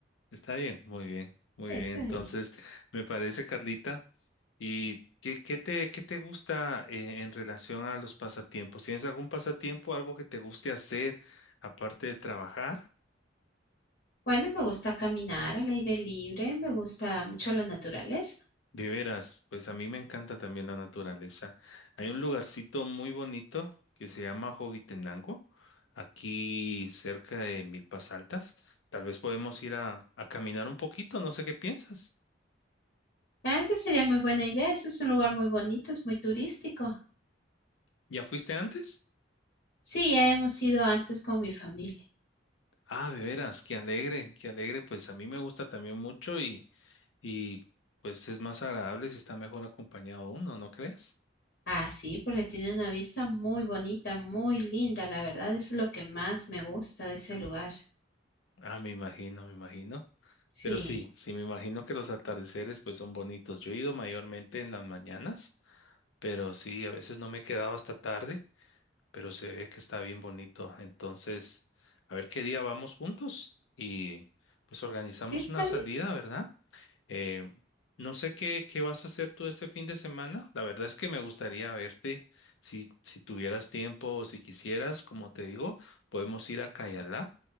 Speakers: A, on the left (about 80°); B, on the left (about 60°).
A: Está bien, muy bien, muy
B: está
A: bien. Entonces,
B: bien.
A: me parece, Carlita. ¿Y qué, qué te, qué te gusta eh, en relación a los pasatiempos? ¿Tienes algún pasatiempo, algo que te guste hacer aparte de trabajar?
B: Bueno, me gusta caminar al aire libre, me gusta mucho la naturaleza.
A: De veras, pues a mí me encanta también la naturaleza. Hay un lugarcito muy bonito que se llama Jovitenango, aquí cerca de Milpas Altas. Tal vez podemos ir a, a caminar un poquito, no sé qué piensas.
B: Ah, esa sería muy buena idea. Ese es un lugar muy bonito, es muy turístico.
A: ¿Ya fuiste antes?
B: Sí, ya hemos ido antes con mi familia.
A: Ah, de veras, qué alegre, qué alegre. Pues a mí me gusta también mucho y, y pues es más agradable si está mejor acompañado uno, ¿no crees?
B: Ah, sí, porque tiene una vista muy bonita, muy linda, la verdad. Eso es lo que más me gusta de ese lugar.
A: Ah, me imagino, me imagino.
B: Sí,
A: Pero sí, sí, me imagino que los atardeceres pues son bonitos. Yo he ido mayormente en las mañanas, pero sí, a veces no me he quedado hasta tarde, pero se ve que está bien bonito. Entonces, a ver qué día vamos juntos y pues organizamos
B: sí está
A: una salida,
B: bien.
A: ¿verdad? Eh, no sé qué, qué vas a hacer tú este fin de semana. La verdad es que me gustaría verte si, si tuvieras tiempo o si quisieras, como te digo, podemos ir a Cayalá